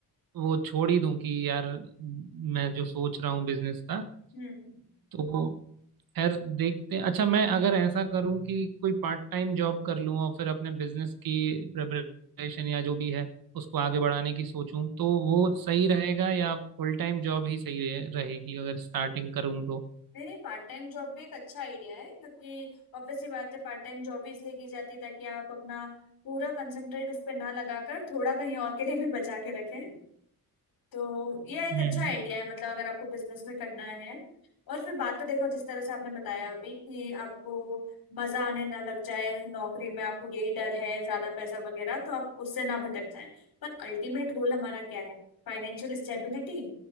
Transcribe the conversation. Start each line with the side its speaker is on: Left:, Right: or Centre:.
Right: वो छोड़ ही दूं कि यार मैं जो सोच रहा हूँ बिजनेस का
Left: हम्म
Right: तो खैर देखते हैं अच्छा मैं अगर ऐसा करूं कि कोई पार्ट टाइम जॉब कर लूं और फिर अपने बिजनेस की प्रिपरेशन या जो भी है उसको आगे बढ़ाने की सोचूं तो वो सही रहेगा या फुल टाइम जॉब ही सही रहे, रहेगी अगर स्टार्टिंग करूं तो
Left: नहीं नहीं पार्ट टाइम जॉब भी एक अच्छा आइडिया है क्योंकि obvious सी बात है पार्ट टाइम जॉब भी इसलिए की जाती है ताकि आप अपना पूरा कंसंट्रेट उस पर ना लगाकर थोड़ा कहीं और के लिए भी बचा के रखें तो यह एक
Right: हम्म
Left: अच्छा आइडिया है मतलब अगर आपको बिजनेस में करना है और फिर बात तो देखो जिस तरह से आपने बताया अभी कि आपको मजा आने ना लग जाए नौकरी में आपको यही डर है ज्यादा पैसा वगैरह तो आप उससे ना भटक जाए पर अल्टीमेट गोल हमारा क्या है फाइनेंशियल स्टेबिलिटी